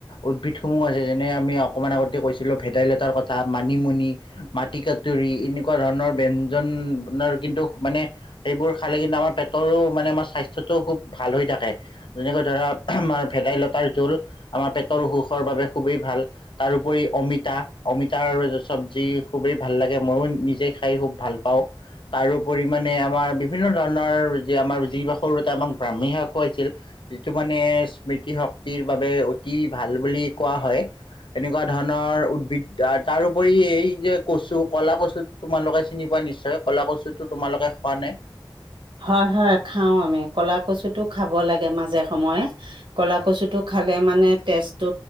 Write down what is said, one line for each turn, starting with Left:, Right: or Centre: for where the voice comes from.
Left: উদ্ভিদসমূহ আছে যেনে আমি অকমান আগতে কৈছিলো ভেদাইলতাৰ কথা মানিমুনি, মাটি কাডুৰী এনেকুৱা ধৰণৰ ব্যঞ্জন আপোনাৰ কিন্তু মানে সেইবোৰ খালে কিন্তু আমাৰ পেটৰো মানে আমাৰ স্বাস্থ্যটোও খুব ভাল হৈ থাকে। যেনেকৈ ধৰা আমাৰ ভেদাইলতাৰ জোল আমাৰ পেটৰ অসুখৰ বাবে খুবেই ভাল। তাৰোপৰি অমিতা অমিতাৰ চবজি খুবেই ভাল লাগে মইয়ো নিজে খাই খুব ভাল পাওঁ। তাৰোপৰি মানে আমাৰ বিভিন্ন ধৰণৰ যে আমাৰ যি সৰুতে আমাক ব্ৰাহ্মী শাক খুৱাইছিল। যিটো মানে স্মৃতি শক্তিৰ বাবে অতি ভাল বুলি কোৱা হয়। এনেকুৱা ধৰণৰ উদ্ভিদ তাৰপৰি এই যে কচু কলা কচুত তোমালোকে চিনি পোৱা নিশ্চয় ক'লা কচুটো তোমালোকে খোৱা নে?
Right: হয় হয় খাওঁ আমি ক'লা কচুটো খাব লাগে মাজে সময়ে। কলা কচুটো খালে মানে তেজটো